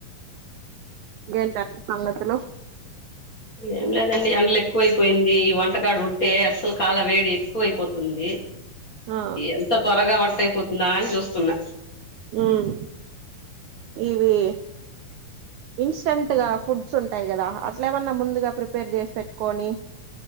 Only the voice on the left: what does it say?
ఏం లేదండి అందుల ఎక్కువైపోయింది ఈ వంటకాడు ఉంటే అసలు కాల వేడి ఎక్కువ అయిపోతుంది
ఎంత త్వరగా వం తయిపోతుందా అని చూస్తున్నా